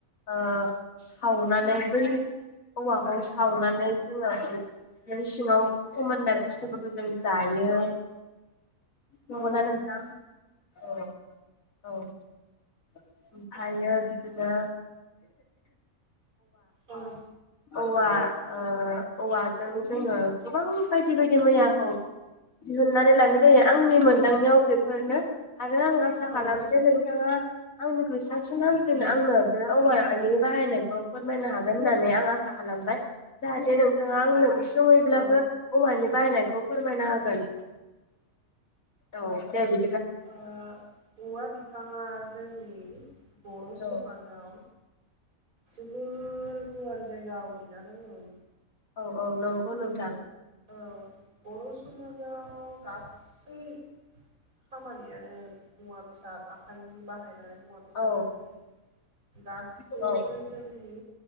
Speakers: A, on the left; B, on the right.
A: ओ सावनानै बै औवाखौ सावनानै जोंङो सिङाव फोमोननाय बुस्थुफोरखौ जों जायो। नंगौ
B: औ
A: ना नोंथां औ औ ओमफायो बिदिनो
B: औ
A: औवा-औवाजों जोंङो गोबां बायदि बायदि मैयाखौ दिहुननानै लानाय जायो आंनि मोनदांनायाव बेफोरनो आरो आं आसा
B: औ
A: खालामो जे नोंथाङा आंनिखुइ साबसिन हामसिन आंनो बे औवानि बाहायनायखौ फोरमायनो हागोन होननानै आं आसा खालामबाय जाहाथे नोंथाङा आंनो खमैब्लाबो
B: औ
A: औवानि बानायनायखौ फोरमायना होगोन औ दे बि
B: ओ औवा बिफांङा जोंनि बर' समाजाव
A: औ
B: जोबोर गुवार जायगा आवग्रिनानै दंङ
A: औ औ नंगौ नोंथां
B: औ बर' समाजाव गासै खामानियानो मुवा बेसाद आखाइनि बाहायनाय मुवा बेसादानो
A: औ
B: गासैबो
A: औ
B: जोंनि